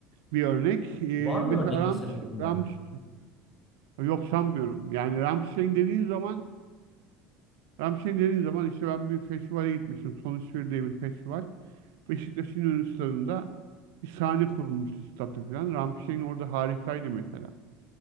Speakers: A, on the right; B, on the left.
A: bir örnek. E,
B: Var mı
A: mesela
B: örnek
A: Ramş,
B: mesela aklında?
A: Ramş yok sanmıyorum. Yani Rammstein dediğin zaman Rammstein dediğin zaman işte ben bir festivale gitmiştim. Sonuç bir diye bir festival. Beşiktaş'ın ünlü stadında bir sahne kurulmuştu statta falan. Rammstein orada harikaydı mesela.